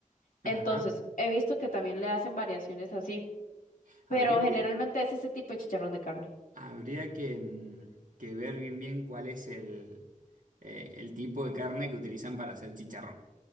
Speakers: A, on the right; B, on the left.
A: Ajá.
B: Entonces, he visto que también le hacen variaciones así,
A: Habría
B: pero
A: que,
B: generalmente es ese tipo de chicharrón de carne.
A: Habría que, mm, que ver bien bien cuál es el, eh, el tipo de carne que utilizan para hacer chicharrón.